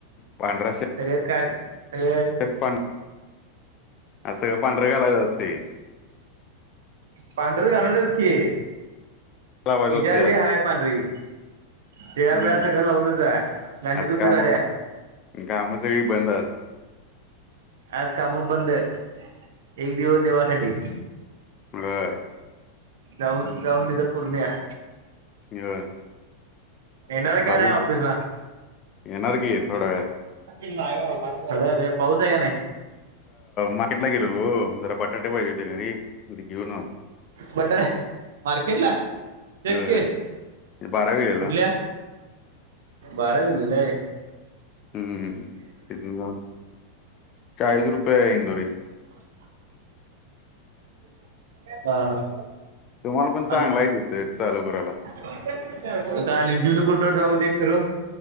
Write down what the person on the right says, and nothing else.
सग का सग
पांढर घालूनच की
इजार
बी हाय पांढरी टिळा
बिळा सगळं लावूनच आहे गांधी
टोपी
घाल्या
आज काम बंद आहेत एक दिवस देवासाठी
जाऊन, जाऊन तिथ करून या
येणार का
ते ऑफिसला?
अरे अरे पाऊस आहे की नाही?
बटाटे मार्केट ला <unintelligible>
कुठल्या? बारा गेलेले
<inaudible> हा हा
आणि
<unintelligible>